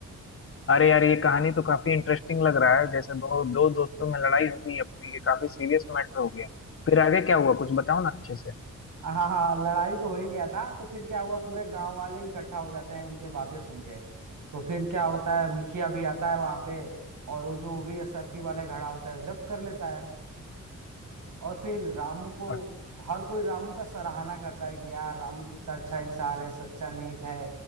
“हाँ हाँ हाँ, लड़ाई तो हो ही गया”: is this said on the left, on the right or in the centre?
Right